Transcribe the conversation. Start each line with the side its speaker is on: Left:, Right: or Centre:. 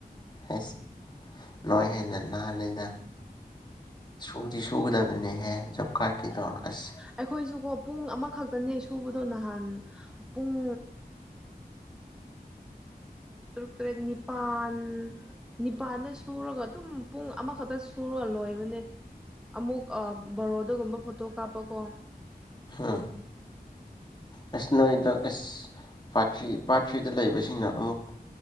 Left: ꯑꯦꯁ ꯅ ꯍꯦꯟꯅ ꯅꯅꯥꯍꯥꯟꯂꯦꯗ ꯁꯨꯗꯤ ꯁꯨꯒꯗꯕꯅꯦꯍꯦ ꯖꯣꯕ ꯀꯥꯔꯠꯀꯤꯗꯣ ꯑꯁ
Centre: ꯑꯩꯈꯣꯏꯁꯨ ꯍꯣ ꯄꯨꯡ ꯑꯃ ꯈꯛꯇꯅꯦ ꯁꯨꯕꯗꯣ ꯅꯍꯥꯟ ꯄꯨꯡ ꯇꯔꯨꯛ ꯇꯔꯦꯠ ꯅꯤꯄꯥꯜ ꯅꯤꯄꯥꯜꯗ ꯁꯨꯔꯒ ꯑꯗꯨꯝ ꯄꯨꯡ ꯑꯃꯈꯛꯇ ꯁꯨꯔꯒ ꯂꯣꯏꯕꯅꯦ ꯑꯃꯨꯛ ꯕꯔꯣꯗꯒꯨꯝꯕ ꯐꯣꯇꯣ ꯀꯥꯞꯄꯀꯣ
Left: ꯍꯥꯝ ꯑꯦꯁ ꯅꯣꯏꯗꯣ ꯑꯦ ꯄꯥꯔ꯭ꯔꯤ ꯄꯥꯔꯠ ꯊ꯭ꯔꯤꯗ ꯂꯩꯕꯁꯤꯡꯅ ꯑꯃꯨꯛ